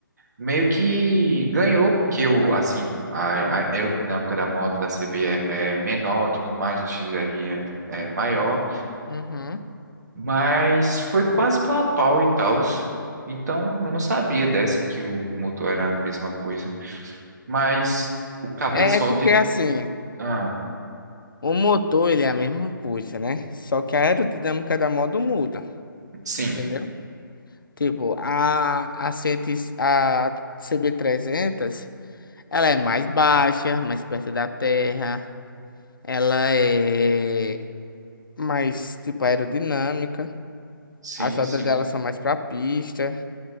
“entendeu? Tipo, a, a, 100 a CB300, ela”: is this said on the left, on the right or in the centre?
Left